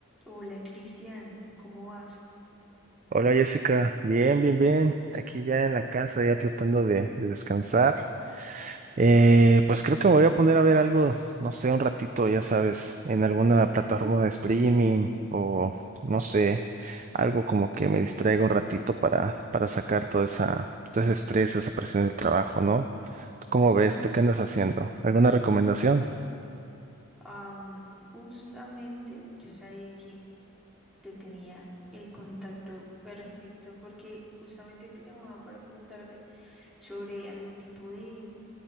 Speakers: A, in the centre; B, on the right.
A: Hola Cristian, ¿cómo vas?
B: Hola Jessica, bien, bien, bien. Aquí ya en la casa, ya tratando de, de descansar. Eh, pues creo que me voy a poner a ver algo, no sé, un ratito, ya sabes, en alguna plataforma de streaming o no sé, algo como que me distraiga un ratito para, para sacar toda esa, todo ese estrés, esa presión del trabajo, ¿no? ¿Tú ¿Cómo ves? ¿Tú qué andas haciendo? ¿Alguna recomendación?
A: Am, justamente yo sabía que te tenía el contacto perfecto porque justamente te llamaba para preguntarte sobre algún tipo de,